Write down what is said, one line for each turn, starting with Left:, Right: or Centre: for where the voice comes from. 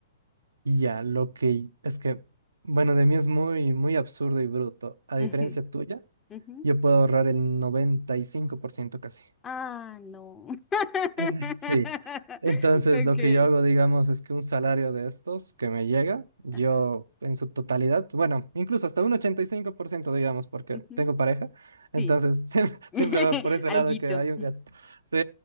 Right: Y ya, lo que es que, bueno, de mí es muy, muy absurdo y bruto. A diferencia
Left: Ujú,
Right: tuya,
Left: ujú.
Right: yo puedo ahorrar el 95% casi.
Left: Ah, no. <laughs>
Right: <laughs> Sí. Entonces,
Left: Okay.
Right: lo que yo hago, digamos, es que un salario de estos que me llega, yo
Left: Ajá.
Right: en su totalidad, bueno, incluso hasta un 85%, digamos, porque
Left: ujú,
Right: tengo pareja, entonces
Left: Sí.
Right: <laughs> siempre,
Left: <laughs>
Right: siempre va por ese
Left: Alguito.
Right: lado que hay un gasto. Sí,